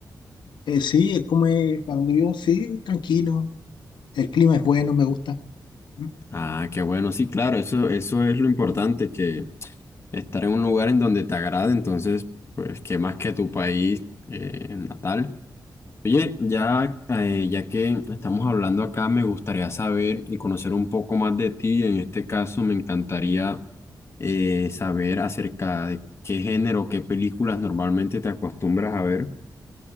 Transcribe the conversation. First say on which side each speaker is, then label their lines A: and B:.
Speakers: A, on the left (about 90°); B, on the left (about 35°).
A: Eh, sí, es como es, para donde vivo, sí, tranquilo. El clima es bueno, me gusta. Mm,
B: Ah, qué bueno, sí, claro, eso, eso es lo importante, que estar en un lugar en donde te agrade, entonces, pues, qué más que tu país eh, natal. Oye, ya, eh, ya que estamos hablando acá, me gustaría saber y conocer un poco más de ti. En este caso, me encantaría eh, saber acerca de qué género, qué películas normalmente te acostumbras a ver.